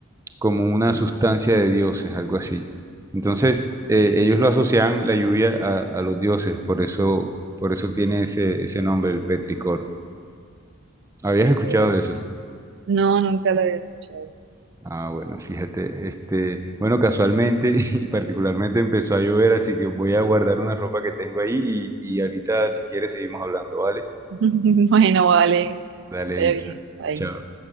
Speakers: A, on the right; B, on the right.
A: como una sustancia de dioses, algo así. Entonces, eh, ellos lo asocian la lluvia a, a los dioses, por eso, por eso tiene ese, ese nombre, el petricor. ¿Habías escuchado
B: Eh,
A: de eso?
B: No, nunca la había escuchado.
A: Ah, bueno, fíjate, este, bueno, casualmente <laughs> y particularmente empezó a llover, así que voy a guardar una ropa que tengo ahí y, y ahorita si quieres seguimos hablando, ¿vale?
B: <laughs> Bueno, vale.
A: Dale,
B: Está bien. Ahí.
A: chao.